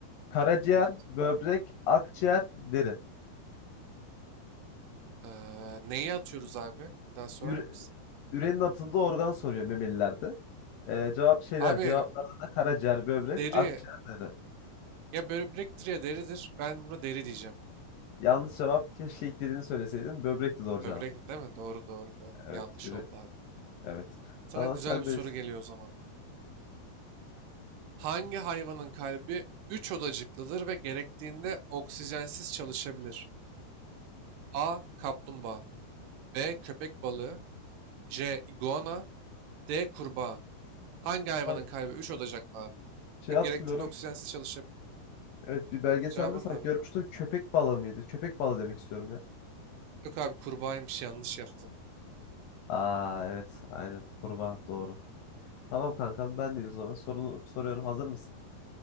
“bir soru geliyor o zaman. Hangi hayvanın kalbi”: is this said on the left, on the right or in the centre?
Right